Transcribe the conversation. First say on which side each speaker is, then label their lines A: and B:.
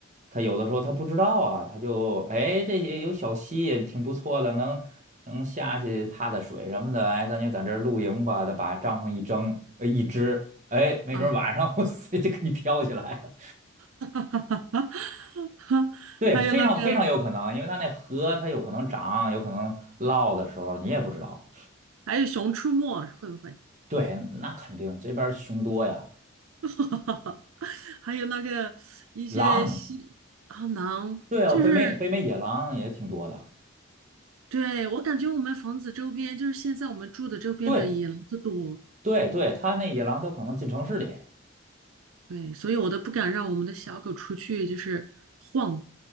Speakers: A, on the right; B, on the right.
A: 他有的时候他不知道啊，他就哎这些有小溪也挺不错的，能能下去踏踏水什么的，哎，咱就在这儿露营吧，他把帐篷一蒸，呃，一支，哎，没准儿晚上
B: 啊，
A: <laughs> 我塞就给你飘起来了。
B: <laughs>
A: 对，
B: 还有那个，
A: 非常非常有可能，因为它那河它有可能涨，有可能涝的时候你也不知道。
B: 还有《熊出没》，会不会？
A: 对，那肯定这边儿熊多呀，
B: <laughs> 还有那个一些西好囊，
A: 狼，对啊，
B: 就是
A: 北美北美野狼也挺多的。
B: 对我感觉我们房子周边，就是现在我们住的周边的野狼子多，
A: 对，对对，它那野狼都可能进城市里。
B: 对，所以我都不敢让我们的小狗出去，就是晃，